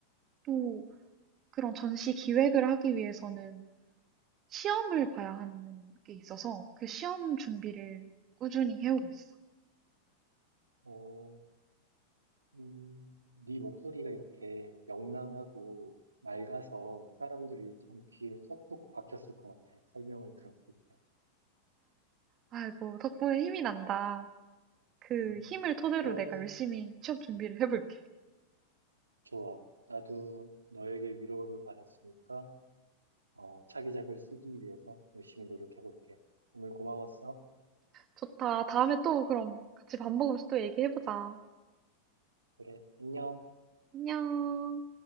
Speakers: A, on the right (about 30°); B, on the right (about 80°).
A: 또 그런 전시 기획을 하기 위해서는 시험을 봐야 하는 게 있어서 그 시험 준비를 꾸준히 해오고 있어.
B: 어, 음, 네 목소리가 이렇게 명랑하고 맑아서 사람들이 참 귀에 쏙쏙 박혔을 것 같아. 설명을 들었을 때.
A: 아이고, 덕분에 힘이 난다. 그
B: 음,
A: 힘을 토대로
B: 그런,
A: 내가 열심히 취업 준비를 해볼게.
B: 좋아. 나도 너에게 위로를 받았으니까 어, 차기작을 쓰기 위해서 열심히 노력해볼게. 오늘 고마웠어.
A: 좋다. 다음에 또 그럼 같이 밥 먹으면서 또 얘기해보자.
B: 그래, 안녕.
A: 안녕.